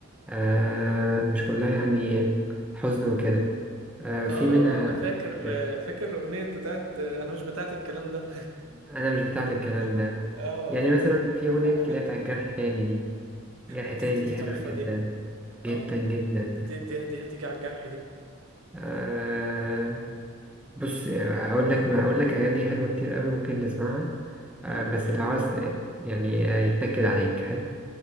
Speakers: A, in the centre; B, on the right (about 75°).
A: آه مش كلها يعني حزن وكده آه في
B: اه
A: منها
B: اه انا فاكر
A: كانت-
B: فاكر الاغنيه بتاعت انا مش بتاعت الكلام ده
A: أنا مش بتاعت الكلام ده
B: <laughs> اه
A: يعني مثلا في أغنية
B: اه حاجات
A: اللي هي بتاعت جرح تاني دي جرح
B: دي
A: تاني
B: دي
A: دي
B: دي
A: حلوة
B: تحفه
A: جدا
B: دي
A: جدا
B: اه
A: جدا
B: ده دي دي دي هتيجي على الجرح دي
A: آه بص أقول لك ما أقول لك أغاني حلوة كتير أوي ممكن تسمعها آه
B: يلا
A: بس
B: بينا
A: لو عاوز يعني آه، يتنكد عليك حلو